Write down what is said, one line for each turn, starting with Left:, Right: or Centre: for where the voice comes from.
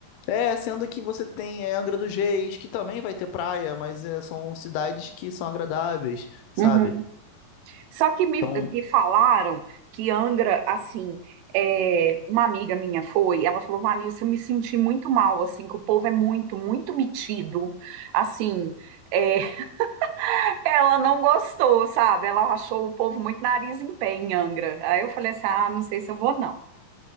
Left: é, sendo que você tem é, Angra dos Reis, que também vai ter praia, mas é, são cidades que são agradáveis, sabe?
Right: Uhum. Só que me,
Left: Então,
Right: me falaram que Angra, assim, é, uma amiga minha foi, ela falou, Vanessa, eu me senti muito mal, assim, que o povo é muito, muito metido, assim, é, <laughs> ela não gostou, sabe? Ela achou o povo muito nariz em pé em Angra. Aí eu falei assim, ah, não sei se eu vou, não.